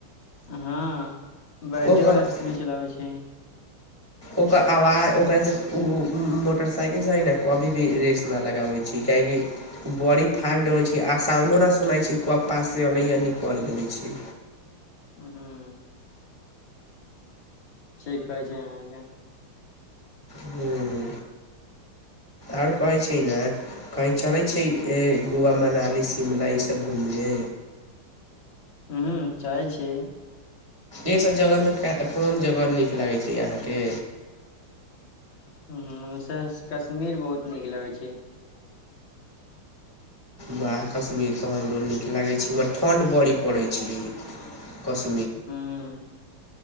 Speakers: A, on the left (about 65°); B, on the right (about 15°).
A: हँ बैटरी
B: ओकर
A: वाला इस्कूटी चलाबै छै
B: ओकर आवाज ओकरँ स ओ मो मोटरसाइकिल से है न कभी भी रेस न लगाबै छी काहेकि उ बॉडी फास्ट होे छै आ साउंडो ना सुनै छी कप्पा से अलै या निकल देले छी
A: ह्म ठीक कहै छै अहाँके
B: ह्म आर कहइ छै ने कही चलै छै ए गोवा मनाली शिमला ईसब घूमने
A: ह्म चाहै छै
B: एसभ जगहमे कोन जगह नीक लागै छै अहाँके
A: ह्म सहन कश्मीर बहुत नीक लागैत छै
B: बाह कश्मीर तऽ हमरो नीक लागै छै बट ठण्ढ बड़ी पड़ै छै ई कश्मी
A: हँ